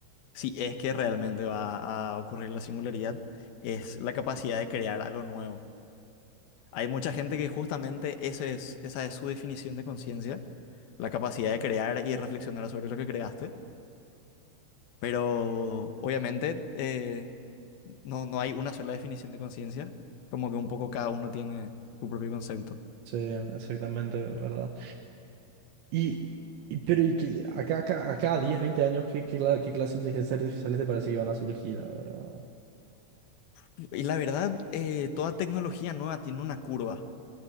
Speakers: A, on the left (about 70°); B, on the right (about 80°).
A: si es que realmente va a ocurrir la singularidad, es la capacidad de crear algo nuevo. Hay mucha gente que justamente eso es, esa es su definición de conciencia, la capacidad de crear y reflexionar sobre lo que creaste, pero obviamente eh, no, no hay una sola definición de conciencia, como que un poco cada uno tiene su propio concepto.
B: Sí, exactamente, ¿verdad? Y, y- pero y que acá, acá, acá a 10 20 años, ¿qué, qué, cla- qué clase de inteligencia artificiales te parece que van a surgir, la verdad?
A: Y la verdad, eh, toda tecnología nueva tiene una curva.